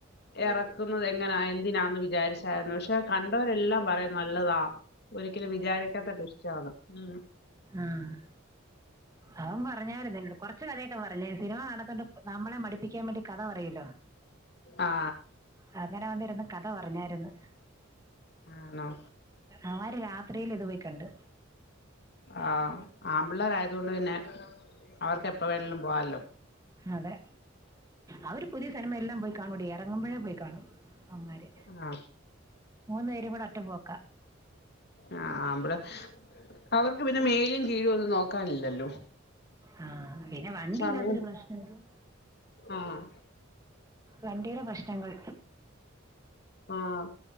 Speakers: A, on the left; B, on the right.
A: എറക്കുന്നത് എങ്ങനാ എന്തിനാന്ന് വിചാരിച്ചായിരുന്നു പക്ഷെ കണ്ടവരെല്ലാം പറയും നല്ലതാ. ഒരിക്കലും വിചാരിക്കാത്ത ട്വിസ്റ്റാണ് ഉം.
B: ആഹ് അവൻ പറഞ്ഞായിരുന്നു എന്നോട് കൊറച്ച് കഥയൊക്കെ പറഞ്ഞേ സിനിമ കാണത്തൊണ്ട് നമ്മളെ മടിപ്പിക്കാൻ വേണ്ടി കഥ പറയൂല്ലോ.
A: ആ
B: <inaudible> അങ്ങനെ വന്നിരുന്ന് കഥ പറഞ്ഞായിരുന്ന്
A: ആണോ
B: അവര് രാത്രിയില് ഇതു പോയി കണ്ട്
A: ആഹ് ആമ്പിള്ളേരായതോണ്ട് പിന്നെ അവർക്ക് എപ്പ വേണേലും പോവാല്ലോ
B: അതെ അവര് പുതിയ സിനിമ എല്ലാം പോയി കാണൂടി എറങ്ങുമ്പോഴേ പോയി കാണും അവമ്മാര്
A: ആ
B: മൂന്ന് പേരും കൂടെ ഒറ്റ പോക്ക
A: ആഹ് ആമ്പിളര് അവർക്ക് പിന്നെ മേലും കീഴും ഒന്നും നോക്കാനില്ലല്ലോ
B: ആ പിന്നെ വണ്ടി
A: സമയം
B: ഇല്ലാത്തൊരു പ്രശ്നമേ ഉള്ളൂ
A: ആഹ്
B: വണ്ടീടെ പ്രശ്നങ്ങൾ
A: ആഹ്